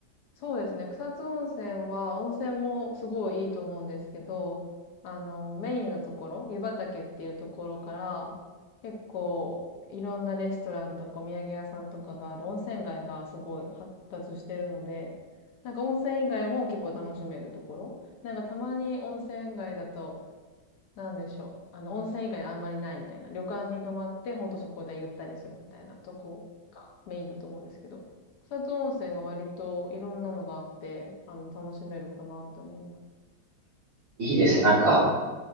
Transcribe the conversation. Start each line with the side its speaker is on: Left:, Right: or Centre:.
Left: そうですね。草津温泉は、温泉もすごいいいと思うんですけど、あの、メインのところ、湯畑っていうところから、結構、いろんなレストランとかお土産屋さんとかがある温泉街がすごい発達してるので、なんか温泉以外も結構楽しめるところ。なんかたまに温泉街だと、なんでしょう。あの、温泉以外あんまりないみたいな。旅館に泊まって、ほんとそこでゆったりするみたいなとこがメインだと思うんですけど、草津温泉は割といろんなのがあって、あの、楽しめるかなって思います。
Right: いいですね、なんか。